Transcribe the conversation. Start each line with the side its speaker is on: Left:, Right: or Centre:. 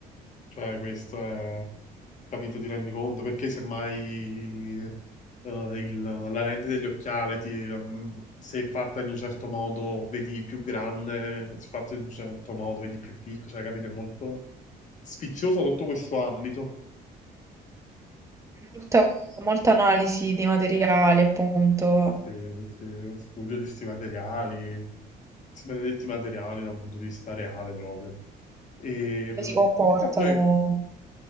Left: Cioè, questo è, capito, ti rendi conto? Perché semmai eh, il- la lente dell'occhiale, ti, ehm, se è fatta in un certo modo, vedi più grande, se è fatta in un certo modo, vedi più piccolo, cioè, capito? È molto sficcioso tutto questo ambito.
Right: Molta, molta analisi dei materiali, appunto,
Left: Sì, sì, studio di questi materiali, questi benedetti materiali da un punto di vista reale proprio. E, mm,
Right: come si comportano.
Left: invece poi